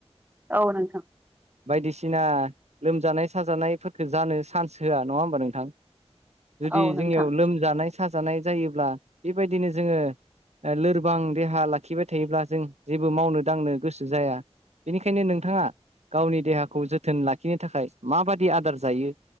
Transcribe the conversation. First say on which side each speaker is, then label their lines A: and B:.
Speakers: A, on the right (about 15°); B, on the right (about 80°).
A: औ नोंथां
B: बायदिसिना लोमजानाय साजानायफोरखो जानो चान्स होआ नङा होमबा नोंथां। जुदि
A: औ
B: जोंनियाव
A: नोंथां
B: लोमजानाय साजानाय जायोब्ला बेबायदिनो जोङो लोरबां देहा लाखिबाय थायोब्ला जों जेबो मावनो दांनो गोसो जाया। बेनिखायनो नोंथाङा गावनि देहाखौ जोथोन लाखिनो थाखाय माबादि आदार जायो।